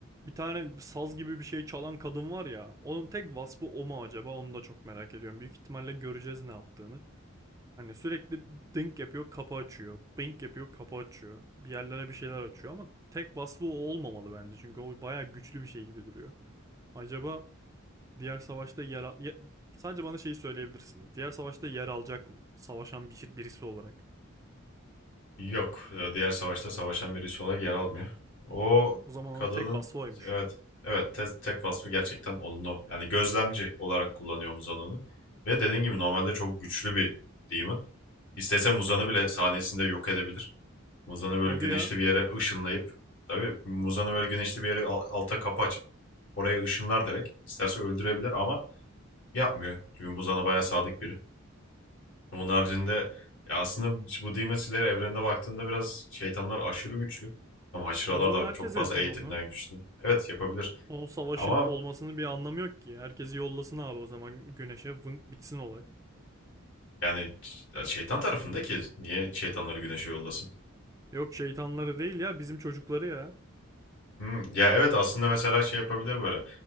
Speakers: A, on the right; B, on the left.
A: Bir tane saz gibi bir şey çalan kadın var ya. Onun tek vasfı o mu acaba? Onu da çok merak ediyorum. Büyük ihtimalle göreceğiz ne yaptığını. Hani sürekli dink yapıyor, kapı açıyor. Bink yapıyor, kapı açıyor. Bir yerlere bir şeyler açıyor ama tek vasfı o olmamalı bence. Çünkü o bayağı güçlü bir şey gibi duruyor. Acaba diğer savaşta yer al... ya- Sadece bana şeyi söyleyebilirsin. Diğer savaşta yer alacak mı? Savaşan bir, birisi olarak.
B: Yok. e, Diğer savaşta savaşan birisi olarak yer almıyor. O
A: O zaman
B: kadının
A: onun tek vasfı oymuş.
B: evet evet te- tek vasfı gerçekten onun o. Yani gözlemci olarak kullanıyor muzanı Ve dediğin gibi normalde çok güçlü bir demon. İstese Muzan'ı bile sahnesinde yok edebilir. Muzan'ı böyle
A: O
B: güneşli
A: diyor.
B: bir yere ışınlayıp tabii Muzan'ı böyle güneşli bir yere al- alta kapı açıp oraya ışınlar direkt. İsterse öldürebilir ama yapmıyor. Çünkü Muzan'a bayağı sadık biri. Onun haricinde ya aslında bu Demon Slayer evrenine baktığında biraz şeytanlar aşırı güçlü. Ama haşıralar
A: E o zaman
B: da
A: herkese
B: çok fazla
A: yapar
B: eğitimden
A: onu.
B: güçlü. Evet yapabilir.
A: O savaşın
B: Ama
A: olmasının bir anlamı yok ki. Herkesi yollasın abi o zaman güneşe vınk bitsin olay.
B: yani ş- şeytan tarafında ki niye şeytanları güneşe yollasın?
A: Yok şeytanları değil ya bizim çocukları ya.
B: Hmm, ya evet aslında mesela şey yapabilir böyle.